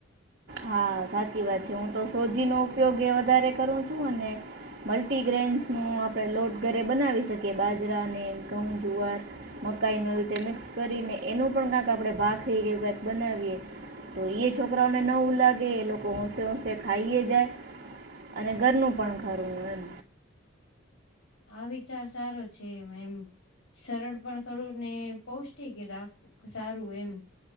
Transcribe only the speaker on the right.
હા, સાચી વાત છે. હું તો સોજી નો ઉપયોગ એ વધારે કરું છું અને મલ્ટીગ્રેન્સ નું આપણે લોટ ઘરે બનાવી શકીએ બાજરાને ઘઉં જુવાર મકાઈ નું એ તે મિક્સ કરીને એનું પણ કક આપણે ભાખરીું કક બનાવીએ તો એ છોકરાઓને નઉ લાગે એ લોકો હોંશે હોંશે ખાઈ જાય અને ઘરનું પણ ખરું એમ.